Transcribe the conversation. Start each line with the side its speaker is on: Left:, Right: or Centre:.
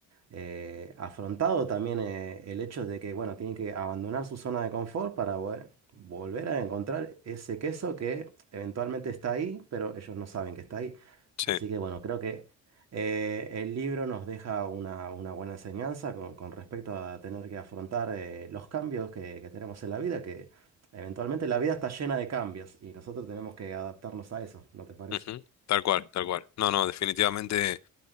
Right: eh, afrontado también eh, el hecho de que, bueno, tiene que abandonar su zona de confort para vo- volver a encontrar ese queso que eventualmente está ahí, pero ellos no saben que está ahí.
Left: sí.
Right: Así que, bueno, creo que eh, el libro nos deja una, una buena enseñanza con, con respecto a tener que afrontar eh, los cambios que, que tenemos en la vida, que eventualmente la vida está llena de cambios y nosotros tenemos que adaptarnos a eso, ¿no te parece?
Left: Ujú. Tal cual, tal cual. No, no, definitivamente